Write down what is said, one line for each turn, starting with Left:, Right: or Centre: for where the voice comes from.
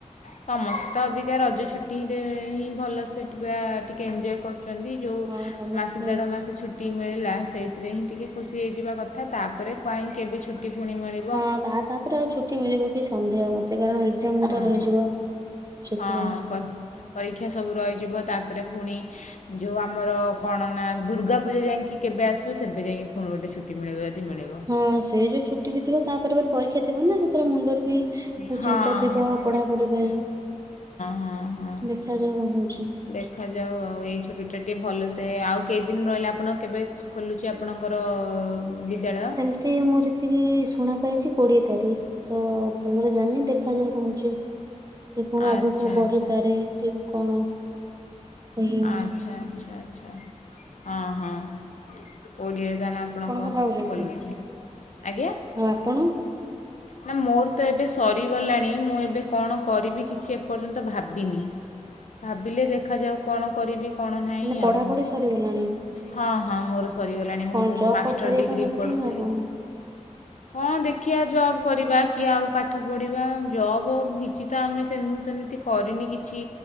Left: ସମସ୍ତେ ତ ଅବିକା ରଜ ଛୁଟିରେ ହିଁ ଭଲ ସେ ପୁରା ଟିକେ ଏଞ୍ଜୟ୍ କରୁଛ ଛନ୍ତି ଯୋଉ
Right: ହଁ ସମସ୍ତେ
Left: ମାସେ ଦେଢ ମାସେ ଛୁଟି ମିଳିଲା ସେଇଥିରେ ହିଁ ଟିକେ ଖୁସି ହେଇଯିବା କ ଥା ତାପରେ କାଇଁ କେବେ ଛୁଟି ପୁଣି ମିଳିବ।
Right: ହଁ ତା ତାପରେ ଆଉ ଛୁଟି ମିଳିବ କି ସନ୍ଦେହ ମତେ କାରଣ ଏକ୍ଜାମ୍
Left: ହଁ
Right: ଗୋଟେ ରହିଯିବ। ସେଥିପାଇଁ।
Left: ହଁ ବ ପରୀକ୍ଷା ସବୁ ରହିଯିବ ତାପରେ ପୁଣି ଯୋଉ ଆମର କଣ ନା ଦୁର୍ଗାପୂଜା ଯାଇଁକି କେବେ ଆସିବ ସେବେ ଯାଇଁ କି ପୁଣି ଗୋଟେ ଛୁଟି ମିଳିବ ଯଦି ମିଳିବ।
Right: ହଁ ସେଇ ଯୋଉ ଛୁ ଛୁଟି ବି ଥିବ ତା ପରେ ପରେ ପରୀକ୍ଷା ଥିବ ନା ସେଥିରେ ମୁଣ୍ଡରେ ବି ବହୁତ
Left: ହଁ ହଁ
Right: ଚିନ୍ତା ଥିବ ପଢାପଢି ପାଇଁ
Left: ହଁ ହଁ
Right: ଦେଖାଯାଉ କଣ ହଉଛି।
Left: ଦେଖାଯାଉ ଆଉ ଏଇ ଛୁଟି ଟା ଟିକେ ଭଲ ସେ ଆଉ କେଇଦିନ ରହିଲା ଆପଣ କେବେ ସ୍କୁ ଖୋଲୁଛି ଆପଣଙ୍କର ବିଦ୍ୟାଳୟ?
Right: ଏତେ ମୁଁ ଯେତିକି ଶୁଣା ପାଇଛି କୋଡିଏ ତାରିଖ ତ ଭଲରେ ଜାଣିନି ଦେଖାଯାଉ କଣ ହଉଛି ସେ ପୁଣି
Left: ଆଚ୍ଛା
Right: ଆଗକୁ ବଢିପାରେ
Left: ଆଚ୍ଛା
Right: ଠିକ୍ କଣ? କହିହଉନି
Left: ଆଚ୍ଛା ଆଚ୍ଛା ଆଚ୍ଛା ହଁ ହଁ କୋଡ଼ିଏ ତାହେଲେ ଆ ଆପଣଙ୍କ
Right: ଆପଣ କଣ ଭାବୁଛନ୍ତି
Left: ଖୋଲିକି ଆଜ୍ଞା
Right: ଆଉ ଆପଣ
Left: ନା ମୋର ତ ଏବେ ସରିଗଲାଣି ମୁଁ ଏବେ କଣ କରିବି କିଛି ଏପର୍ଯ୍ୟନ୍ତ ଭାବିନି ଭାବିଲେ ଦେଖାଯାଉ କଣ କରିବି କଣ ନାହିଁ
Right: ମାନେ ପଢାପଢି
Left: ଆଉ।
Right: ସରିଗଲାଣି।
Left: ହଁ ହଁ ମୋର ସରିଗଲାଣି
Right: କଣ
Left: ମୁଁ ମୁଁ
Right: ଜବ୍
Left: ମାଷ୍ଟର
Right: ଫବ୍ କରିବା
Left: ଡିଗ୍ରୀ
Right: ପାଇଁ ଭାବିଛନ୍ତି
Left: ପଢ଼ୁଥିଲି।
Right: ନା କଣ?
Left: କଁ ଦେଖିଆ ଜବ୍ କରିବା କି ଆଉ ପାଠ ପଢିବା ଜବ୍ କିଛି ତ ଆମେ ସେ ମୁଁ ସେମିତି କରିନି କିଛି